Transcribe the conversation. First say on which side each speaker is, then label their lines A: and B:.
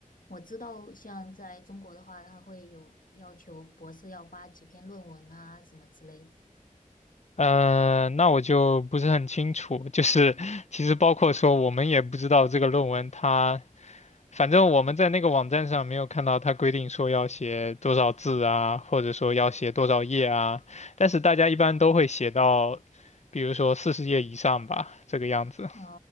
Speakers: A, on the left; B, on the left.
A: 我知道，像在中国的话，他会有要求博士要发几篇论文啊，什么之类的。
B: 呃，那我就不是很清楚，就是其实包括说我们也不知道这个论文它，反正我们在那个网站上没有看到它规定说要写多少字啊，或者说要写多少页啊，但是大家一般都会写到，比如说四十页以上吧，这个样子。
A: 哦